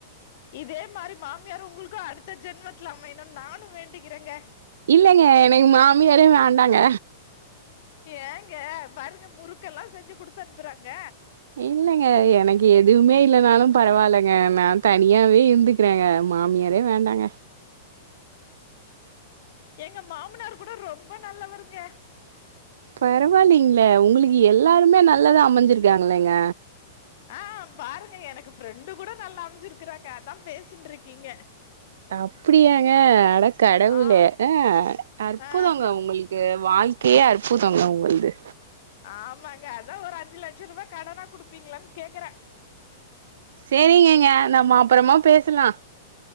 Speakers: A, on the left (about 45°); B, on the right (about 75°).
A: இதே மாரி மாமியார் உங்குளுக்கு அடுத்த ஜென்மத்துல அமையனுன் நானு வேண்டிக்கிறேங்க
B: இல்லைங்க எனக்கு மாமியாரே வேண்டாங்க
A: ஏங்க பாருங்க முறுக்கெல்லா செஞ்சு குடுத்து அனுப்புறாங்க
B: இல்லங்க எனக்கு எதுவ்மே இல்லனாலு பரவாயில்லங்க நா தனியாவே இருந்துக் கிறேங்க மாமியாரே வேண்டாங்க
A: எங்க மாமனாரு கூட ரொம்ப நல்லவருங்க
B: பரவாயில்லிங்ளே உங்களுக்கு எல்லாருமே நல்லதா அமஞ்சிருக்காங்களேங்க
A: ஆ பாருங்க எனக்கு ஃப்ரெண்டு கூட நல்லா அமஞ்சிருக்குறாங்க அதா பேசிட்ருக்கீங்க
B: அப்புடியாங்க அட கடவுளே
A: ஆ
B: ஆ அற்புதோங்க
A: ஆ
B: உங்களுக் கு வாழ்க்கையே அற்புதோங்க உங்கள்து
A: ஆமாங்க அதா ஒரு அஞ்சு லட்சருவா கடனா குடுப்பீங்குளான் கேக்குற
B: சேரிகேங்க நம்ம அப்புறமா பேசுலா